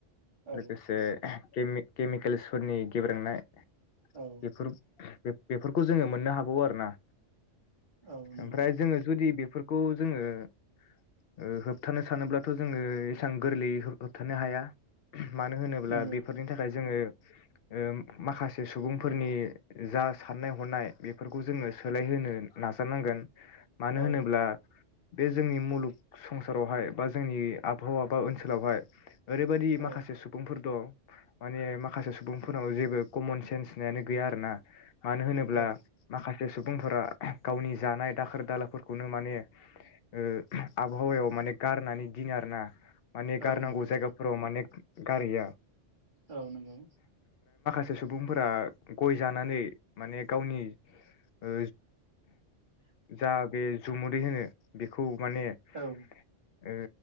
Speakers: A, on the right (about 40°); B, on the left (about 60°).
A: औ
B: लोगोसे केमि केमिकेल्सफोरनि गेब्रेंनाय।
A: औ
B: बेफोर बेफ बेफोरखौ जोङो मोननो हाबावो आरो ना।
A: औ नंगौ
B: ओमफ्राय जोङो जुदि बेफोर खौ जोङो ओ होबथानो सानोब्लाथ' जोङो ऐसां गोरलैयै होबथानो हाया। मानो होनोब्ला
A: नंगौ
B: बेफोरनि थाखाय जोङो ओ माखासे सुबुंफोरनि जा साननाय हनाय बेफोरखौ जोङो सोलायहोनो नाजानांगोन। मानो
A: औ
B: होनोब्ला बे जोंनि मुलुग संसारावहाय बा जोंनि आबहावा बा ओनसोलावहाय ओरैबायदि
A: औ
B: माखासे सुबुंफोर दं माने माखासे सुबुंफोरनाव जेबो कमन सेन्स होननायानो गैया आरो ना। मानो होनोब्ला
A: औ
B: माखा जे सुबुंफोरा गावनि जानाय दाखोर दालाफोरखौनो माने ओ आबहावायाव माने गारनानै दिनो आरो ना। माने
A: औ
B: गारनांगौ
A: नंगौ
B: जायगाफोराव माने गारिया
A: औ नोंगौ।
B: माखासे सुबुंफोरा गय जानानै माने गावनि ओ जा बे जुमुदै होनो बेखौ माने ओ
A: औ